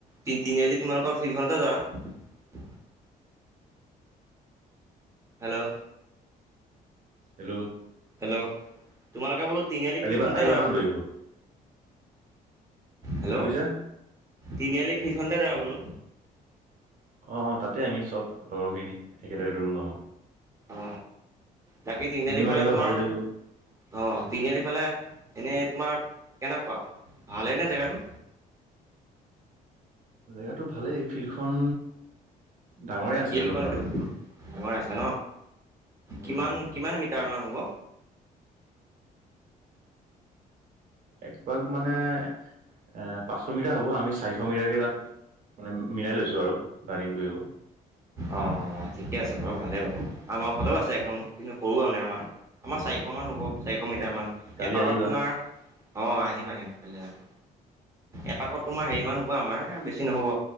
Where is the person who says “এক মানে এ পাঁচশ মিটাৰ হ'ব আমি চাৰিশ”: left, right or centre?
Right